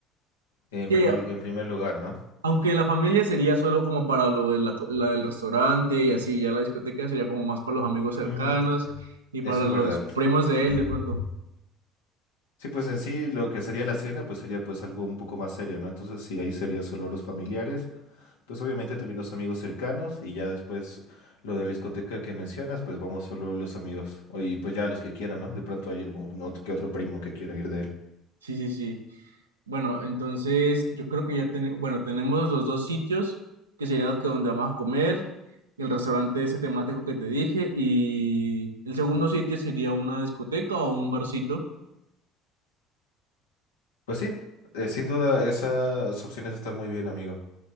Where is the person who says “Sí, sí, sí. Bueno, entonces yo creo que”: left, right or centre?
Right